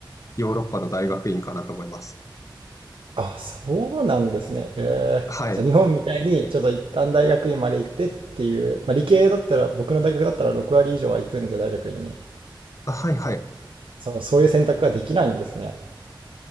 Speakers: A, on the left; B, on the right.
A: ヨーロッパの大学院かなと思います。
B: あ、そうなんですね。えーじゃあ日本みたいにちょっと一旦大学院まで行ってっていう、
A: はい。
B: まあ、理系だったら僕の大学だったら6割以上は行くんで大学院に。
A: あ、はいはい。
B: そう、そういう選択ができないんですね。